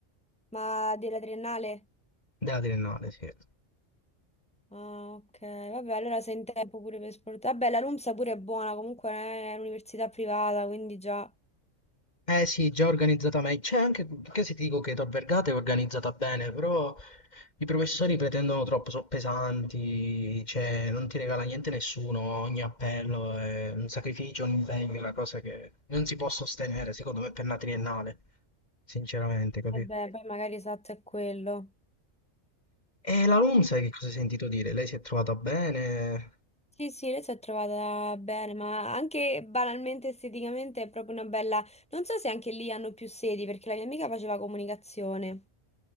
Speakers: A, in the centre; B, on the left (about 35°).
A: Ma della triennale?
B: della triennale, sì.
A: Ah, ok, vabbè, allora sei in tempo pure per esportare. Vabbè, la LUMSA pure è buona, comunque è un'università privata, quindi già.
B: Eh sì, già organizzata meglio. C'è anche, che se ti dico che da Vergata è organizzata bene, però i professori pretendono troppo, sono pesanti, cioè non ti regala niente nessuno, ogni appello è un sacrificio, un impegno, una cosa che non si può sostenere, secondo me, per una triennale, sinceramente, capito?
A: Vabbè, poi magari esatto è quello.
B: E la LUM, sai che cosa hai sentito dire? Lei si è trovata bene?
A: Sì, sì, lei si è trovata bene, ma anche banalmente esteticamente è proprio una bella... Non so se anche lì hanno più sedi, perché la mia amica faceva comunicazione,